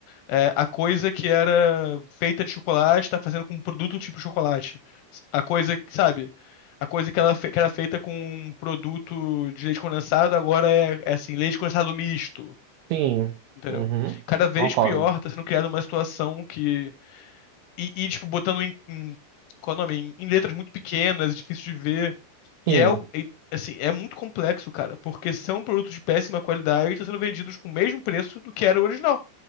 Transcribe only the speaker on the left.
É, a coisa que era feita de chocolate tá fazendo com um produto tipo chocolate. A coisa que, sabe, a coisa que, ela, fe- que era feita com um produto de leite condensado agora é, é assim, leite condensado misto.
Entendeu?
Cada vez
pior tá sendo criada uma situação que. E, e, tipo, botando em, em, qual é o nome? Em, em letras muito pequenas, difícil de ver. E
é, o- e, assim, é muito complexo, cara, porque são produtos de péssima qualidade e estão sendo vendidos com o mesmo preço do que era o original.